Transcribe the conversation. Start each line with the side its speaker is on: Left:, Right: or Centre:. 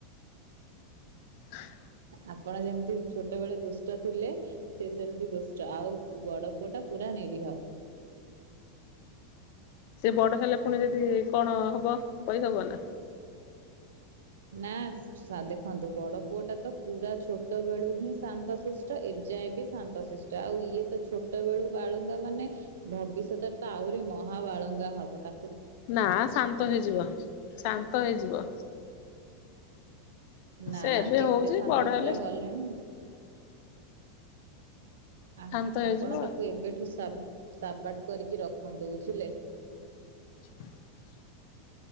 Left: ହ <inaudible>
Right: ଆପଣ ଯେମିତି ଛୋଟବେଳେ ଦୁଷ୍ଟ ଥିଲେ ସେ ସେମିତି ଦୁଷ୍ଟ ଆଉ ବଡ ପୁଅ ଟା ପୁରା ନିରିହ।
Left: ସେ ବଡ ହେଲେ ପୁଣି ଯଦି କଣ ହବ କହି ହବନା
Right: ନାଁ ସା ଦେଖନ୍ତୁ ବଡ଼ ପୁଅଟା ତ ପୁରା ଛୋଟ ବେଳୁ ହିଁ ଶାନ୍ତ ଶିଷ୍ଟ ଏ ଯାଏଁ ବି ଶାନ୍ତ ଶିଷ୍ଟ। ଆଉ ଇଏ ତ ଛୋଟ ବେଳୁ ବାଳୁଙ୍ଗା ମାନେ ଭବିଷ୍ୟତରେ ତ ଆହୁରି ମହା ବାଳୁଙ୍ଗା ହବ। ତା
Left: ନାଁ ଶାନ୍ତ ହେଇଯିବ ଶାନ୍ତ ହେଇଯିବ।
Right: ନାଁ
Left: ସେ ଏବେ
Right: କେତେ
Left: ହଉଛି
Right: ଶାନ୍ତ
Left: ବଡ
Right: ପିଲା
Left: ହେଲେ
Right: ଗଲେଣି। ଆ
Left: ଶାନ୍ତ ହେଇଯିବ
Right: ଆପଣ ତାକୁ ଏବେଠୁ ସା ସାବାଟ କରିକି ରଖନ୍ତୁ ବୁଝିଲେ।
Left: <inaudible>